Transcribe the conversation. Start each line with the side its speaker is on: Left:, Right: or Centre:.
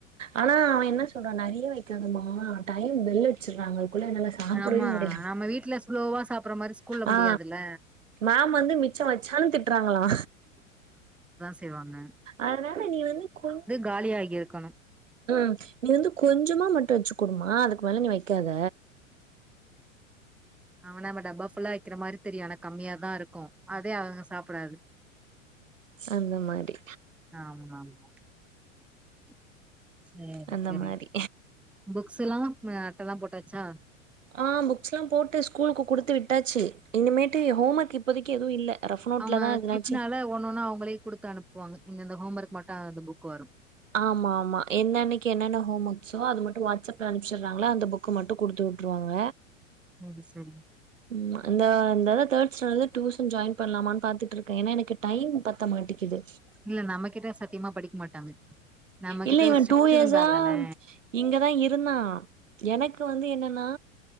Right: ஆனா அவன் என்ன சொல்றான் நெறைய வைக் காதமா டைம் பெல்அடிச்சிடுறாங்க குள்ள நல்லா சாப்பிடவே
Centre: ஆமா
Right: முடில
Centre: நம்ம வீட்ல ஸ்லோவா சாப்பற மாரி ஸ்கூல்ல
Right: ஆ
Centre: முடியாதுல்ல
Right: மேம் வந்து மிச்சம் வச்சாலும் திட்டுறாங்களா
Centre: திட்டுவாங்க
Right: அதனால நீ வந்து கொஞ்
Centre: காலியாகி இருக்கணு
Right: உம் நீ வந்து கொஞ்சமா மட்டு வெச்சிக்குடுமா அதுக்கு அதுக்கு மேல நீ வெ வெக்காத
Centre: ஆமா நம்ம டப்பா ஃபுல்லா வெக்கிற மாரி தெரியு ஆன கம்மியா தான் இருக்கும் அதே அவங்க சாப்டாது
Right: அந்த மாரி
Centre: ஆமா ஆமா <inaudible> சேரி
Right: அந்த
Centre: சேரி
Right: மாரி
Centre: புக்ஸ்லா அட்டல்லாம் போட்டாச்சா
Right: ஆஹ் புக்ஸ்லாம் போட்டு ஸ்கூலுக்கு குடுத்து விட்டாச்சி இனிமேட்டு ஹோம் ஒர்க் இப்போதைக்கு எதுவும் இல்ல ரஃப் நோட்ல
Centre: அவங்க
Right: தா எதுனாச்சு
Centre: கிட்னால ஒன்னென்னா அவங்களே குடுத்து அனுப்புவாங்க இந்த இந்த ஹோம் ஒர்க் மட்டோ அந்த புக் வரும்
Right: ஆமா ஆமா என்னென்னைக்கு என்னென்ன ஹோம் ஒர்க்ஸோ அது மட்டும் வாட்ஸ்அப் ல அனுப்பிச்சிடுறாங்களா அந்த புக்கு மட்டும் குடுத்து விட்டுருவாங்க
Centre: ம்சரி
Right: ம்மா இந்தா இந்த இத தேர்ட் ஸ்டாண்டர்ல இருந்து டியூசன் ஜாயின் பண்ணலாமான்னு பாத்துட்டு இருக்கேன் ஏன்னா எனக்கு டைம் பத்த மாட்டேங்குது
Centre: இல்ல நம்ம கிட்ட சத்தியமா படிக்க மாட்டாங்க நம்ம
Right: இல்ல
Centre: கிட்ட
Right: இவன்
Centre: ஒரு ஸ்ட்ரிக்ட்
Right: டூ இயர்ஸா
Centre: இருந்தா தானே
Right: இங்கதா இருந்தா எனக்கு வந்து என்னன்னா